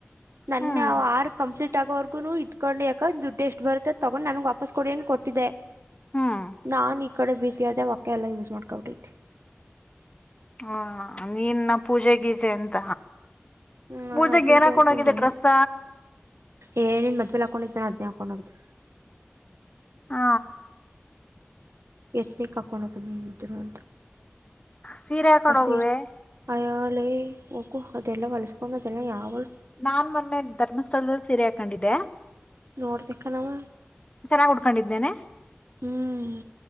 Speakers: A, on the right; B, on the left.
A: ನನ್
B: ಹ್ಮ್
A: ಆರ್ ಕಂಪ್ಲೀಟ್ ಆಗೋವಗೂನು ಇಟ್ಕೊಂಡು ಯಾಕ ದುಡ್ಡು ಎಷ್ಟು ಬರುತ್ತೆ ತಗೊಂಡ್ ನನ್ಗೆ ವಾಪಸ್ ಕೊಡಏನ್ ಕೊಟ್ಟ ಮಪ್ಪಿದೆ
B: ಹ್ಮ್
A: ನಾನ್ ಈ ಕಡೆ ಬಿಸಿ ಅದೇ ಅವಕ್ಕ ಎಲ್ಲ ಯೂಸ್ ಮಾಡ್ಕೊಟ್ಟೈತಿ
B: ಹಾ ನೀನ್ನ ಪೂಜೆಗೀಜೆ ಅಂತ
A: ಹೂ ನಾನ
B: ಪೂಜೆಗೆ
A: ಅದು
B: ಏನ
A: ಇದು
B: ಹಾಕೊಂಡ್
A: ಅನ್ಕೊಂಡು
B: ಹೋಗಿದ್ದೆ ಡ್ರೆಸ್ಸ
A: ಏನಿನ್ ಮದ್ವೆೇಲೆ ಹಾಕೊಂಡಿದ್ದಾನ ಅದ್ನ ಕದು
B: ಆ
A: ಯತ್ನೆ ಕಕೊಂಡು ಬಂದಿಿದರು ಅಂತ
B: ಸೀರೆ ಹಾಕೊಂಡ
A: ಆ ಸೀರೆ
B: ಹೋಗುವೆ
A: ಅಯ್ಯೋಲೇ ಹೋಗು ಅದೆಲ್ಲ ಹೊಲಸ್ಕೊಂಡು ಅದೆಲ್ಲ ಯಾವಲ್
B: ನಾನ್ ಮೊನ್ನೆ ಧರ್ಮಸ್ಥಳದಲ್ಲಿ ಸೀರೆ ಹಾಕೊಂಡಿದ್ದೆ
A: ನೋಡ್ತೆೇಕನವ
B: ಚೆನ್ನಾಗ್ ಉಟ್ಕೊಂಡಿದ್ದೇನೆ
A: ಹ್ಮ್